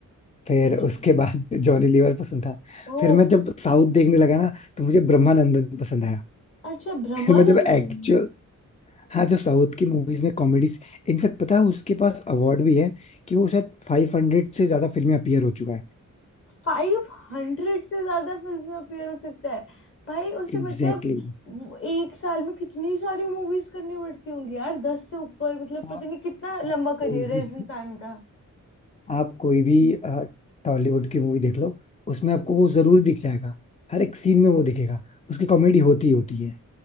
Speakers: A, on the left (about 25°); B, on the left (about 40°).
A: फिर
B: अच्छा
A: उसके बाद जॉनी लीवर पसंद था
B: ओ
A: फिर मैं जब साउथ देखने लगा ना तो मुझे ब्रह्मानंदन पसंद आया
B: अच्छा ब्रह्मानंदन
A: फिर मैं जब एक्चुअल हाँ जो साउथ की मूवीज में कॉमेडीज इनफैक्ट पता है उसके पास अवार्ड भी है कि वो शायद फाइव हंड्रेड से ज्यादा फिल्में अपीयर हो चुका है
B: फाइव हंड्रेड से ज्यादा फिल्म में अपीयर हो सकता है भाई उसे मतलब
A: Exactly exactly.
B: वो एक साल में कितनी सारी मूवीज करनी पड़ती होंगी यार दस से ऊपर मतलब पता
A: आप,
B: नहीं कितना लंबा
A: आप कोई
B: करियर
A: भी
B: है इस इंसान का
A: आप कोई भी टॉलीवुड की मूवी देख लो उसमें आपको वो जरूर दिख जाएगा हर एक सीन में वो दिखेगा उसकी कॉमेडी होती ही होती है